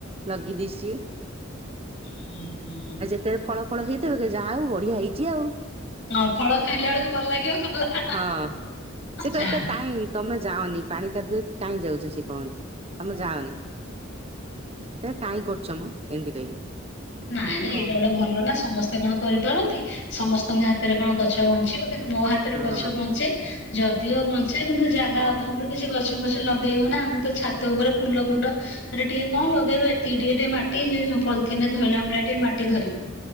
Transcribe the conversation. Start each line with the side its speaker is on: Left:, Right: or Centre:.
Right: ଲଗେଇ ଦେଇେଛି ଟିକେ।
Left: ହଁ ହୁଁ।
Right: କେତେବେ ଫଳ ଫଳ ହେଇଥବେ ଯାହା ହଉ ବଢିଆ ହେଇଛି ଆଉ।
Left: ହଁ ଫଳ ଖାଇଲା ବେଳକୁ ଭଲ ଲାଗିବ କଲା
Right: ହଁ ସେ କହିବେ
Left: ଯାହା ହଉ,
Right: କହିଁ ତମେ ଯାଅନି ପାଣି କାଦୁରେ କାହିଁ ଯାଉଛ ସେ କହନ୍ତି ତମେ ଯାାଉନି। ଏ କାଇହିଁ କରୁଛ ମୁ ଏମିତି କହିବେ।
Left: ନାଇଁ ନାଇଁ
Right: ହଁ
Left: ଏଇଟା ଗୋଟେ ଭଲ ନା ସମସ୍ତେ କଣ କରିପାରନ୍ତି ସମସ୍ତଙ୍କ ହାତ ହାତରେ କଣ ଗଛ ବଞ୍ଚିବ କିନ୍ତୁ ମୋ ହାତରେ
Right: ହଁ
Left: ଗଛ ବଞ୍ଚେ। ଯଦିଓ ବଞ୍ଚେ କିନ୍ତୁ ଜାଗା ଅଭାବରୁ କିଛି ଗଛ ଫଛ ଲଗେଇ ହବ ନା ଆମେ ତ ଛାତ ଉପରେ ଫୁଲ କୁଣ୍ଡ ରେ ଟିକେ କଣ ଲଗେଇବେ ଏ ଟିକେ ଟିକେ ମାଟି ପଲିଥିିନରେ ଧରଲା ଭଳିଆ ଟିକେ ମାଟି ଧରିବ।